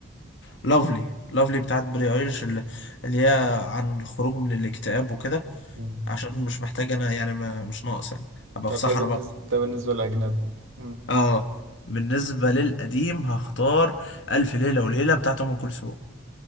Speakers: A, on the left (about 60°); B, on the right (about 75°).
A: لافلي لافلي بتاعت بري ايرش اللي اللي هي عن الخروج من الاكتئاب وكده
B: مم.
A: عشان مش محتاج انا يعني ما مش ناقص يعني. ابقى
B: طب
A: في صحراء
B: ده بالنسبه
A: بقى
B: ده بالنسبه للاجنبي مم.
A: اه بالنسبة للقديم هختار ألف ليلة وليلة بتاعت أم كلثوم